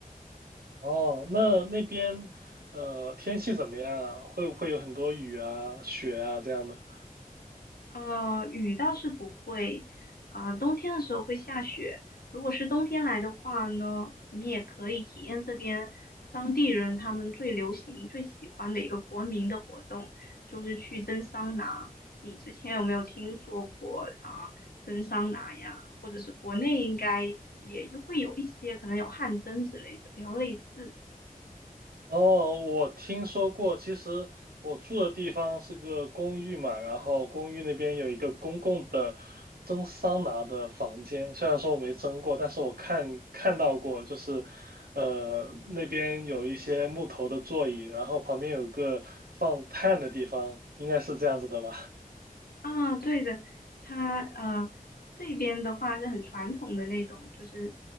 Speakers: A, on the right; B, on the left.
A: 哦，那那边呃天气怎么样啊？会不会有很多雨啊、雪啊这样的？
B: 呃，雨倒是不会，啊、冬天的时候会下雪。如果是冬天来的话呢，你也可以体验这边当地人他们最流行、最喜欢的一个国民的活动，就是去蒸桑拿。你之前有没有听说过啊、蒸桑拿呀？或者是国内应该也会有一些，可能有汗蒸之类的，比较类似的。
A: 哦，我听说过。其实我住的地方是个公寓嘛，然后公寓那边有一个公共的蒸桑拿的房间。虽然说我没蒸过，但是我看看到过，就是呃那边有一些木头的座椅，然后旁边有个放炭的地方，应该是这样子的吧？<laughs>
B: 啊，对的，它呃这边的话是很传统的那种，就是